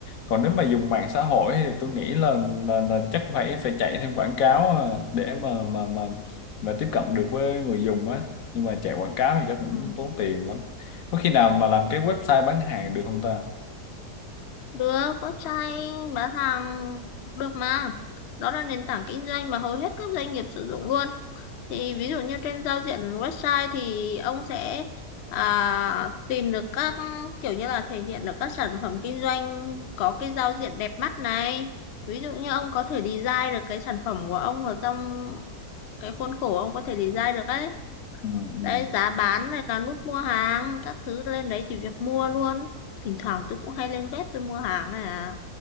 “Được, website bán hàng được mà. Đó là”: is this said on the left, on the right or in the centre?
Left